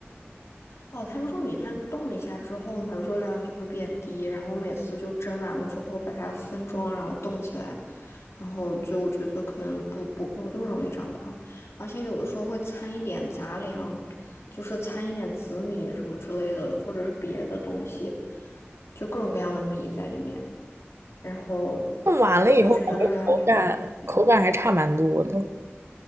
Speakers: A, on the left; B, on the right.
A: 哦，他们说米饭冻一下之后呢，热量就会变低，然后每次就蒸完了之后把它分装，然后冻起来，然后就我觉得可能不不不那么容易长胖，而且有的时候会掺一点杂粮，就是掺一点紫米什么之类的，或者是别的东西，就各种各样的米在里面，然后
B: 弄完了以后口感口感还差蛮多的。
A: 我觉得热量就很低。